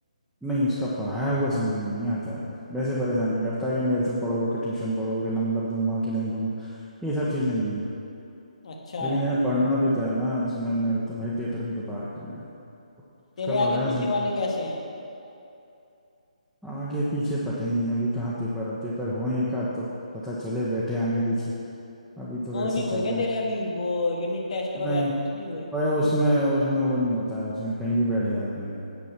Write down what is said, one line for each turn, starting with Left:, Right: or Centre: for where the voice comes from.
Centre: नहीं उसका पढ़ाया हुआ समझ में नहीं आता है बस वैसे परेशान नहीं करता है कि मेरे से पढ़ो कि ट्यूशन पढ़ो कि नंबर दूंगा कि नहीं दूंगा ये सब चीज़ें नहीं है
Left: अच्छा
Centre: लेकिन यार पढ़ना भी तो है ना समझना भी तो भाई पेपर भी तो पार करना है उसका
Left: तेरे
Centre: पढ़ाया
Left: आगे पीछे
Centre: समझ
Left: वाले कैसे हैं
Centre: आगे पीछे पता ही नहीं है अभी कहाँ पेपर है पेपर हो एक आध तो पता चले बैठे आगे पीछे अभी तो
Left: वो
Centre: वैसे
Left: नहीं
Centre: ही
Left: हुए
Centre: चल
Left: क्या
Centre: रहे
Left: तेरे
Centre: हैं
Left: अभी वो यूनिट टेस्ट वगैरह
Centre: नहीं
Left: कुछ नहीं हुए
Centre: भाई उसमें उसमें वो नहीं होता है उसमें कहीं भी बैठ जाते हैं